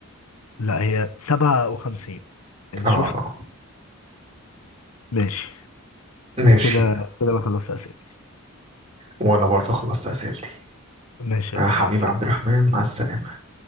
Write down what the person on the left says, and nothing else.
لا هي 57 يعني
شفت ماشي
كده كده انا خلصت اسئله
ماشي
يا أبو،
مع السلامه